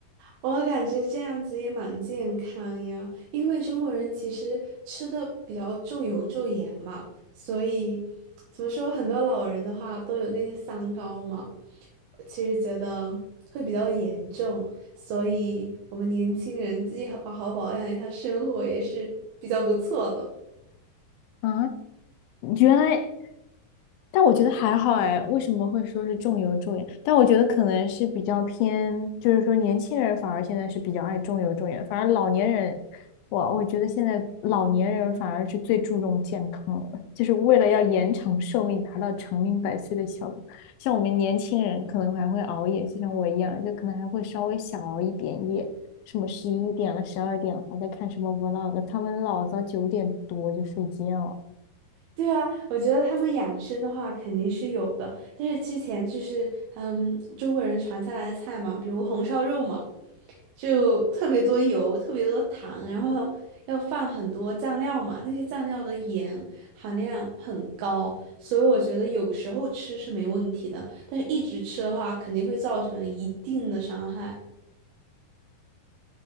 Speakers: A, on the right; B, on the left.
A: 我感觉这样子也蛮健康呀，因为中国人其实吃的比较重油重盐嘛，所以怎么说，很多老人的话都有那些三高嘛，我其实觉得会比较严重，所以我们年轻人自己好好好保养一下生活也是比较不错的。
B: 啊，原来但我觉得还好哎，为什么会说是重油重盐？但我觉得可能是比较偏，就是说年轻人反而现在是比较爱重油重盐，反而老年人，我我觉得现在老年人反而是最注重健康了，就是为了要延长寿命，达到长命百岁的效果。像我们年轻人可能还会熬夜，就像我一样，就可能还会稍微小熬一点夜，什么十一点了、十二点了还在看什么 vlog，他们老早九点多就睡觉了
A: 对啊，我觉得他们养生的话肯定是有的，但是之前就是嗯，中国人传下来的菜嘛，比如红烧肉嘛，就特别多油，特别多糖，然后要放很多酱料嘛，那些酱料的盐含量很高，所以我觉得有时候吃是没问题的，但是一直吃的话肯定会造成一定的伤害。